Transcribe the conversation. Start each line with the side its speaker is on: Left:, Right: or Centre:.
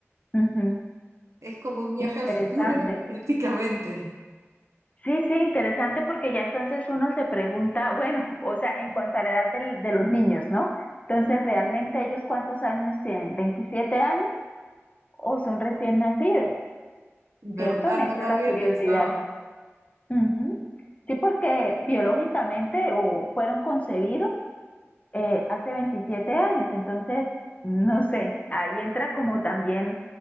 Left: ujú.
Right: Es como un viaje
Left: Interesante.
Right: al futuro, <laughs> prácticamente.
Left: Sí, sí, interesante porque ya entonces uno se pregunta, bueno, o sea, en cuanto a la edad del- de los niños, ¿no? Entonces, ¿realmente ellos cuántos años tienen? ¿27 años o son recién nacidos?
Right: ¿Verdad?
Left: ¿Cierto? Me
Right: No
Left: entra
Right: lo había
Left: la curiosidad.
Right: pensado.
Left: Ujú. Sí, porque biológicamente o fueron concebidos eh, hace 27 años, entonces, no sé, ahí entra como también